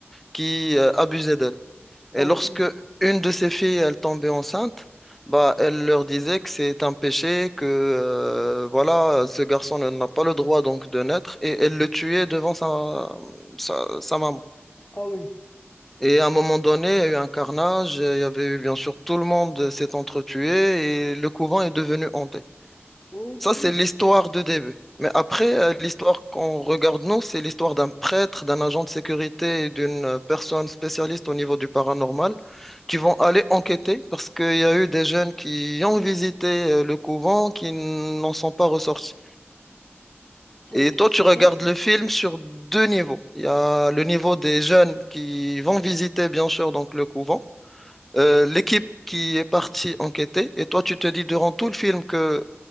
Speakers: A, in the centre; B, on the left (about 20°).
A: qui euh, abusaient d'elle. Et
B: Ah, ok.
A: lorsque une de ses filles, elle tombait enceinte, bah, elle leur disait que c'est un péché, que euh, voilà, ce garçon ne- n'a pas le droit donc de naître, et elle le tuait devant sa, sa, sa maman.
B: Ah oui.
A: Et à un moment donné, il y a eu un carnage, il y avait eu bien sûr tout le monde s'est entretué et le couvent est devenu hanté.
B: Ok.
A: Ça, c'est l'histoire de début. Mais après, euh, l'histoire qu'on regarde, nous, c'est l'histoire d'un prêtre, d'un agent de sécurité et d'une euh, personne spécialiste au niveau du paranormal qui vont aller enquêter parce qu'il y a eu des jeunes qui ont visité euh, le couvent qui n'en sont pas ressortis.
B: Ok,
A: Et toi,
B: c'est
A: tu regardes
B: intéressant.
A: le film sur deux niveaux. Il y a le niveau des jeunes qui vont visiter, bien sûr, donc le couvent, euh, l'équipe qui est partie enquêter, et toi, tu te dis durant tout le film que